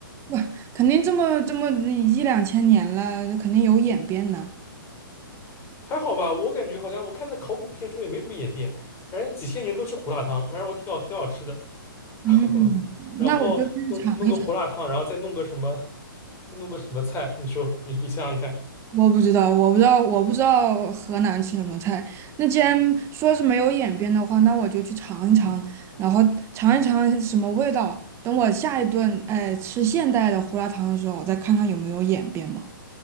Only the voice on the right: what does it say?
哇肯定这么这么一两千年了，肯定有演变呢。
嗯，
那我就去尝一，
我不知道，我不知道，我不知道河南吃什么菜。那既然说是没有演变的话，那我就去尝一尝，然后尝一尝是什么味道。等我下一顿，哎，吃现代的胡辣汤的时候，我再看看有没有演变嘛。